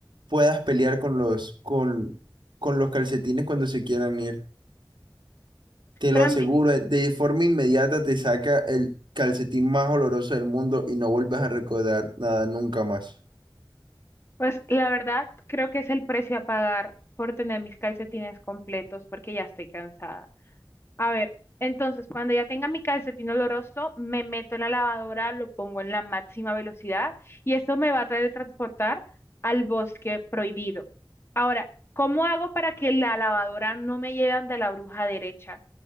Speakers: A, on the right; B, on the left.
A: puedas pelear con los, con, con los calcetines cuando se quieran ir. Te
B: Pero
A: lo aseguro,
B: a mí-
A: de forma inmediata te saca el calcetín más oloroso del mundo y no vuelves a recordar nada nunca más.
B: Pues la verdad, creo que es el precio a pagar por tener mis calcetines completos porque ya estoy cansada. A ver, entonces cuando ya tenga mi calcetín oloroso, me meto en la lavadora, lo pongo en la máxima velocidad y eso me va a traer transportar al bosque prohibido. Ahora, ¿cómo hago para que la lavadora no me lleve ante la bruja derecha?